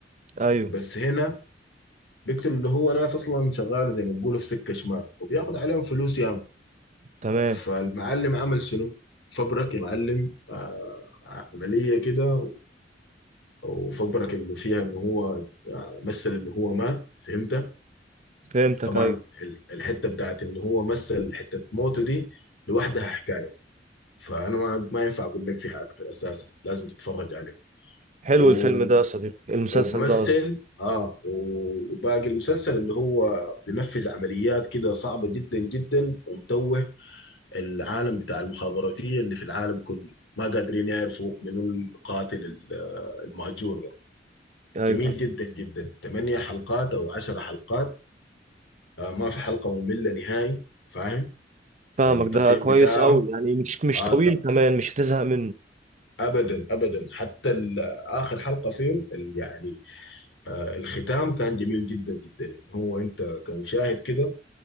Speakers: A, on the right (about 40°); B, on the left (about 80°).
A: ايوه
B: بس هنا بيقتل اللي هو ناس أصلا شغال زي ما بيقولوا في سكة شمال وبياخد عليهم فلوس ياما
A: تمام
B: فالمعلم عمل شنو؟ فبرك يا معلم آه، عملية كده وفبرك اللي فيها إن هو آه، مثل إن هو مات فهمت؟
A: فهمتك
B: طبعا
A: ايوه
B: ال- الحته بتاعت ان هو مثل حته موته دي لوحدها حكايه فانا ما ما ينفع اقول لك فيها اكتر اساسا لازم تتفرج عليه
A: حلو
B: و...
A: الفيلم ده يا صديقي المسلسل
B: وبمثل
A: ده قصدي
B: اه و- وباقي المسلسل اللي هو بينفذ عمليات كده صعبة جدا جدا ومتوه العالم بتاع المخابراتية اللي في العالم كله ما قادرين يعرفوا منو القاتل ال- آه، المهجور ده
A: ايوه
B: جميل جدا جدا ثمانية حلقات او عشرة حلقات آه ما في حلقة مملة نهائي فاهم
A: فاهمك
B: التقييم
A: ده كويس
B: بتاعه
A: قوي يعني مش مش
B: آه
A: طويل
B: ت-
A: كمان مش هتزهق منه
B: ابدا ابدا حتى ال- اخر حلقه فيه ال- يعني آه الختام كان جميل جدا جدا ان هو انت كمشاهد كده